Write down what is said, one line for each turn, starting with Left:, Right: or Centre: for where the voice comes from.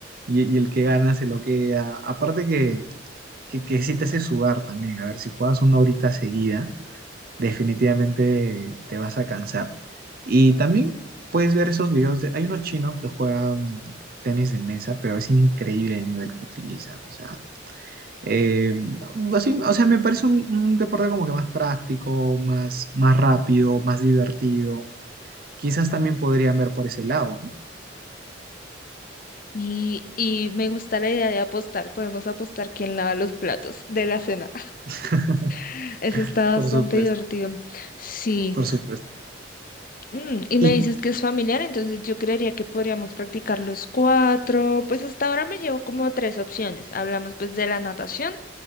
Right: y, y el que gana se lo queda. Aparte que, que, que sí te hace sudar también. A ver, si juegas una horita seguida definitivamente te vas a cansar. Y también puedes ver esos videos de, hay unos chinos que juegan tenis de mesa, pero es increíble el nivel que utilizan, o sea, eh, así- o sea, me parece un, un deporte como que más práctico, más, más rápido, más divertido. Quizás también podrían ver por ese lado, ¿no?
Left: Y, y me gusta la idea de apostar. Podemos apostar quién lava los platos de la cena.
Right: <laughs>
Left: <laughs> Eso está
Right: Por
Left: bastante
Right: supuesto,
Left: divertido. Sí.
Right: por supuesto.
Left: Mm, y me
Right: Y
Left: dices que es familiar, entonces yo creería que podríamos practicar los cuatro. Pues hasta ahora me llevo como tres opciones. Hablamos pues de la natación